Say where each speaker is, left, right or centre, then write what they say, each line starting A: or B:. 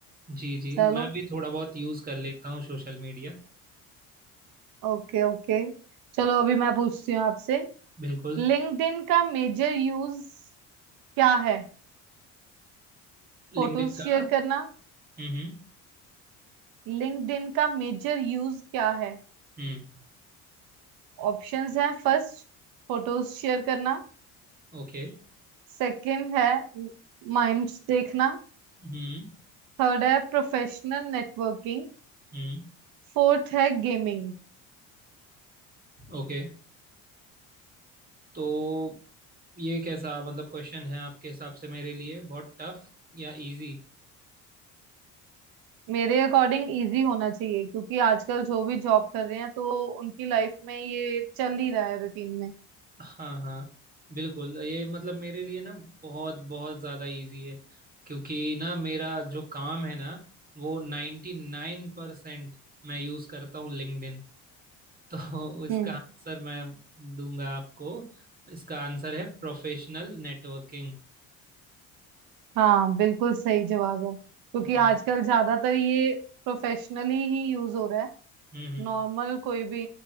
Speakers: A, on the right; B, on the right.
A: जी जी
B: चलो
A: मैं भी थोड़ा बहुत यूज कर लेता हूँ सोशल मीडिया
B: Okay okay चलो अभी मैं पूछती हूँ आपसे
A: बिल्कुल
B: लिंक्डइन का मेजर यूज क्या है फोटोज
A: लिंक्डइन
B: शेयर
A: का
B: करना
A: हम्म हम्म
B: लिंक्डइन का मेजर यूज क्या है
A: हम्म,
B: ऑप्शंस हैं फर्स्ट फोटोज शेयर करना
A: ओके
B: सेकंड है माइम्स देखना
A: हम्म
B: थर्ड है प्रोफेशनल नेटवर्किंग
A: हम्म
B: फोर्थ है गेमिंग
A: ओके तो ये कैसा मतलब क्वेश्चन है आपके हिसाब से मेरे लिए बहुत टफ या इजी
B: मेरे अकॉर्डिंग इजी होना चाहिए क्योंकि आजकल जो भी जॉब कर रहे हैं तो उनकी लाइफ में ये चल ही रहा है रूटीन में
A: हाँ हाँ बिल्कुल ये मतलब मेरे लिए ना बहुत बहुत ज़्यादा इजी है क्योंकि ना मेरा जो काम है ना वो नाइन्टी नाइन परसेंट मैं यूज़ करता हूँ लिंक्डइन तो <laughs> इसका
B: हम्म
A: आंसर मैं दूंगा आपको इसका आंसर है प्रोफेशनल नेटवर्किंग
B: हाँ बिल्कुल सही जवाब है क्योंकि
A: जी
B: आजकल ज्यादातर ये प्रोफेशनली ही यूज हो रहा है
A: हम्म हम्म
B: नॉर्मल कोई भी